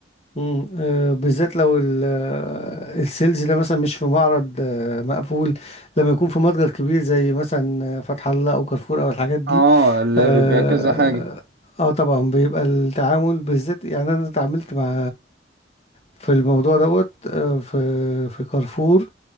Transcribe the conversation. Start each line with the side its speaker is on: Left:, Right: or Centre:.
Left: مم. آه بالذات لو ال- آه، السيلز ده مثلا مش في معرض آه مقفول لما يكون في متجر كبير زي مثلا آه، فتح الله او كارفور او الحاجات دي
Right: اه اللي
Left: اه,
Right: بيبيع كذا حاجة
Left: آه طبعا بيبقى التعامل بالذات يعني انا اتعاملت مع في الموضوع دوت آه في في كارفور